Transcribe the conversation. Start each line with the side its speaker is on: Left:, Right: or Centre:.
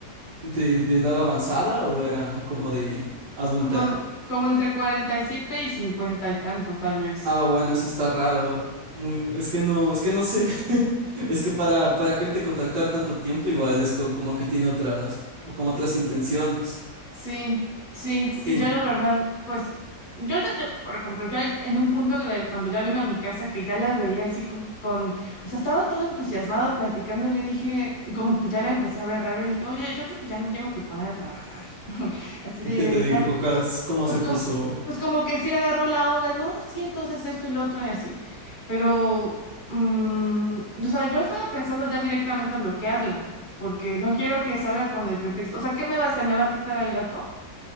Right: de, de edad avanzada o era como de adulta?
Left: Como, como entre cuarenta y 50 y cincuenta y tantos, tal vez.
Right: Ah, bueno, eso está raro. Muy, es que no, es que no sé. <laughs> Es que para, para quererte contactar tanto tiempo, igual es co- como que tiene otras, o como otras intenciones.
Left: Sí, sí, ju-
Right: Sí.
Left: y yo la verdad, pues, yo, ya- yo, por ejemplo, yo en un punto de, cuando ya vino a mi casa, que ya la veía así con, con, o sea, estaba todo entusiasmado platicando y le dije, como que ya la empecé a ver raro y dije, oye, yo creo que ya me tengo que poner a trabajar. <laughs> Así de,
Right: ¿Y qué te dijo? ¿O ca- ¿Cómo
Left: Pues
Right: se
Left: como,
Right: puso?
Left: pues como que sí agarró la onda, y no, sí, entonces esto y lo otro y así. Pero, mm, o sea, yo estaba pensando ya directamente bloquearla, porque no quiero que salga con el pretexto. O sea, ¿qué me va a hacer? ¿Me va a quitar al gato?